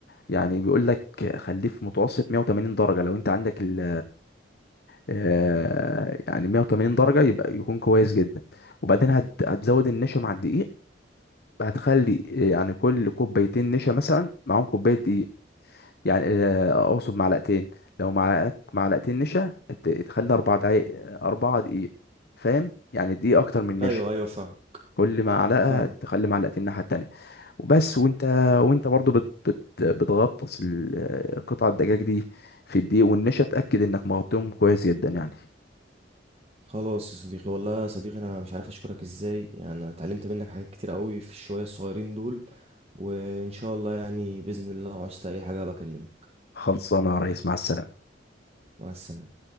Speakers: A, on the left (about 60°); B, on the right (about 35°).
A: يعني بيقول لك خليه في متوسط 180 درجه لو انت عندك ال آه، يعني 180 درجه يبقى يكون كويس جدا وبعدين هت- هتزود النشا مع الدقيق هتخلي يعني كل كوبايتين نشا مثلا معاهم كوبايه دقيق يعني آه، اقصد معلقتين لو معاك معلقتين نشا ت- تخلي اربع دقايق اربعة دقيق فاهم يعني دقيقة اكتر من نشا
B: ايوه ايوه فاهم
A: كل معلقة
B: فاهم
A: تخلي معلقتين الناحية التانية وبس وانت وانت برضو بت بت بتغطس ال- قطع الدجاج دي في الدقيق والنشا اتأكد انك مغطيهم كويس جدا يعني
B: خلاص يا صديقي والله يا صديقي انا مش عارف اشكرك ازاي يعني انا اتعلمت منك حاجات كتير قوي في الشوية الصغيرين دول وان شاء الله يعني بإذن الله لو عوزت اي حاجة بكلمك
A: خلصانة يا ريس مع السلامة
B: مع السلامة